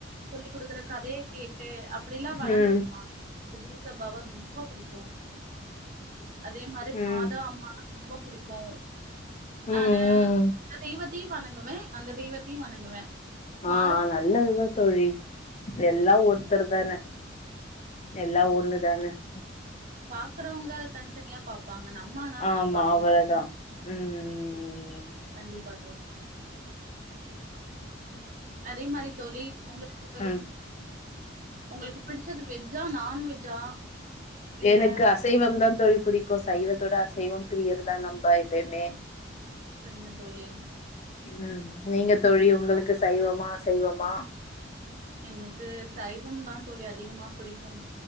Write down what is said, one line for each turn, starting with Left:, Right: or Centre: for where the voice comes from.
Right: சொல்லிக் கொடுக்குற கதையை கேட்டு அப்படிலாம் வளந்ததுல
Left: ம்
Right: ஏசப்பாவா ரொம்ப புடிக்கும் அதே மாரி
Left: ம்
Right: மாதா
Left: ம்
Right: அம்மா ரொம்ப புடிக்கும் நான்
Left: ம்
Right: அந்த தெய் வத் த்தையும் வணங்குவேன் அந்த தெய்வத்தையும் வணங்குவேன்
Left: ஆஹ
Right: மாறுப
Left: நல்லதுதான் தோழி எல்லாம் ஒருத்தர் தானே எல்லா ஒன்னுதானே <inaudible>
Right: பாக்குறவங்கதான் தனித்தனியா பாப்பாங்க நம்ம ஆனாலாம்
Left: ஆமா
Right: பாக்க
Left: அவ்வளவுதான்
Right: மாட்டோம்.
Left: உம் <inaudible>
Right: கண்டிப்பா உம் அதே மாரி தோழி உங்களுக்கு
Left: ம்
Right: உங்களுக்கு பிடிச்சது வெஜ்ஜா நான்வெஜ்ஜா இல்ல
Left: எனக்கு அசைவம் தான் தோழி புடிக்கும் சைவத்தோட அசைவம் பிரியர்தான் நம்ம எப்பயுமே
Right: சரிங்க தோழி
Left: உம் நீங்க தோழி உங்களுக்கு சைவமா அசைவமா
Right: எனக்கு சைய் தான் தோழி அதிகமா பிடிக்கும்